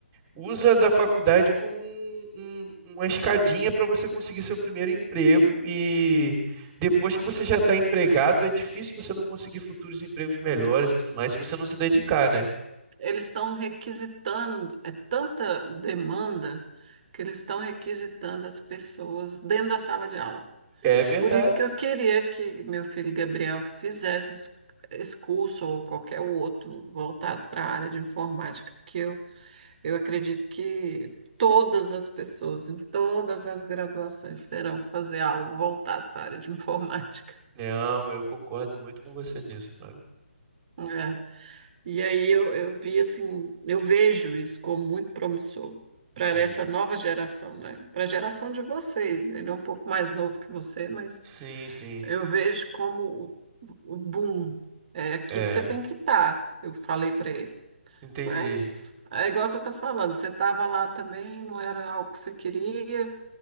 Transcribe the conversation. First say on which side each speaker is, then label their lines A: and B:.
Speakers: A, on the right; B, on the right.
A: usa da faculdade como um- um- uma escadinha para você conseguir seu primeiro emprego, e depois que você já está empregado, é difícil você não conseguir futuros empregos melhores e tudo mais se você não se dedicar, né?
B: Eles estão requisitando, é tanta demanda que eles estão requisitando as pessoas dentro da sala de aula.
A: É verdade.
B: Por isso que eu queria que meu filho Gabriel fizesse esse esse curso ou qualquer outro voltado para a área de informática, porque eu, eu acredito que todas as pessoas, em todas as graduações, terão que fazer algo voltado para a área de informática.
A: Não, eu concordo muito com você nisso, Fábio.
B: É. E aí eu, eu vi assim, eu vejo isso como muito promissor para
A: Sim.
B: essa nova geração, né? Para a geração de vocês. Ele é um pouco mais novo que você, mas
A: Sim, sim.
B: eu vejo como o o boom. É aqui
A: É,
B: que você tem que estar, eu falei para ele.
A: entendi.
B: Mas é igual você está falando, você estava lá também, não era algo que você queria,